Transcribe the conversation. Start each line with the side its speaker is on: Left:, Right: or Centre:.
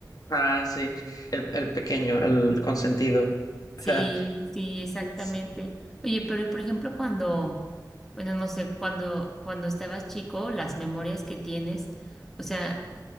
Left: Ah, sí, el, el pequeño, el consentido.
Centre: Sí,
Left: <laughs>
Centre: sí, exactamente.
Left: Sí.
Centre: Oye, pero y por ejemplo, cuando, bueno, no sé, cuando, cuando estabas chico, las memorias que tienes, o sea,